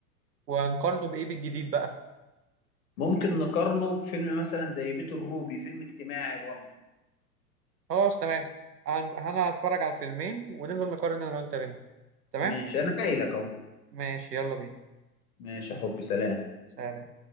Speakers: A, on the right; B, on the left.
A: ونقارنه بايه بالجديد بقى
B: ممكن نقارنه بفيلم مثلا زي بيت الروبي فيلم اجتماعي برضه
A: خلاص تمام عن- انا هتفرج على الفيلمين ونفضل نقارن انا وانت بينهم تمام
B: ماشي انا جاي لك اهو
A: ماشي يلا بينا
B: ماشي يا حبي سلام
A: سلام